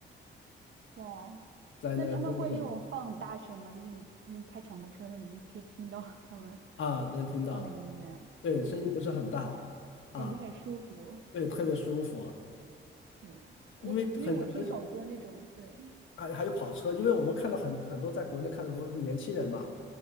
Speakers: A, on the right (about 65°); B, on the left (about 75°).
A: 哇，
B: 在那个公路上
A: 那他们会那种放很大声吗？就是你那开敞篷车的时候，你们可以听到他们
B: 啊，能听到，
A: 放的音乐，
B: 对，
A: 哇，
B: 声音不是很大啊，
A: 感觉很舒服。
B: 对，特别舒服，
A: 对，我因为我听好多那种，
B: 因为很很少。
A: 对，
B: 还还有跑车，因为我们看到很很多在国内看的都是年轻人嘛，